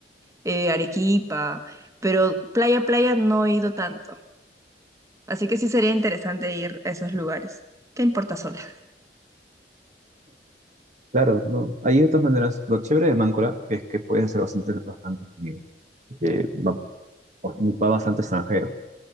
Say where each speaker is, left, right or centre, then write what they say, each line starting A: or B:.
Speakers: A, on the right (about 20°); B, on the right (about 40°).
A: eh, Arequipa, pero playa, playa no he ido tanto. Así que sí sería interesante ir a esos lugares. ¿Qué importa sola?
B: Claro, no. Ahí de todas maneras, lo chévere de Máncora es que puedes hacer bastante bastantes amigos. Que va, va bastante extranjero.